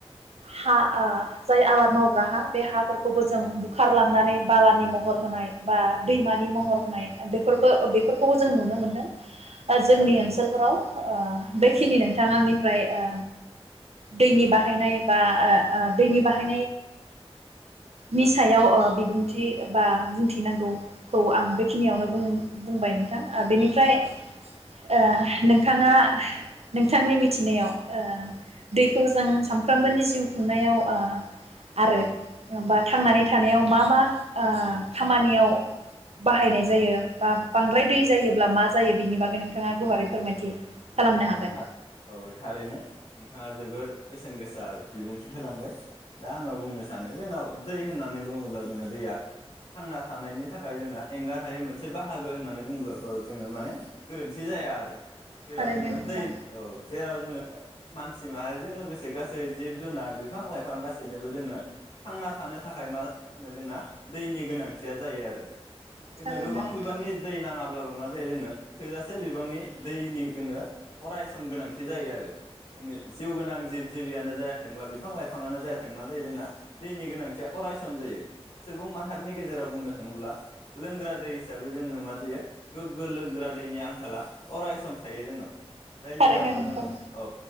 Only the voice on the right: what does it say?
हा ओ जाय आबाद मावग्रा हा बे हाफोरखौबो जों बुखारलांनानै बालानि महर होनाय बा दैमानि महर होनाय बेफोरबो बेफोरखौबो जों नुनो मोनदों।
ओ जोंनि
ओनसोलफोराव ओ
बेखिनि नोंथाङा आंनिफ्राय ओ दैनि बाहायनाय बा ओ ओ दैनि बाहाय नि सायाव ओ बिबुंथि बा बुंथिनांगौखौ आं बेखिनियावनो बुं बुंबाय नोंथां। आ बेनिफ्राय
ओ नोंथाङा नोंथांनि मिथिनायाव ओ दैखौ जों सानफ्रोमबोनि जिउ खुंनायाव ओ आरो बा थांनानै थानायाव मा मा ओ खामानियाव बाहायनाय जायो बा बांद्राय दै जायोब्ला मा जायो बेनि बागै नोंथाङा गुवारै फोरमायथि खालामनो हागोन।
थारैनो
नोंथां
थारैनो
नोंथां।
थारैनो
नोंथां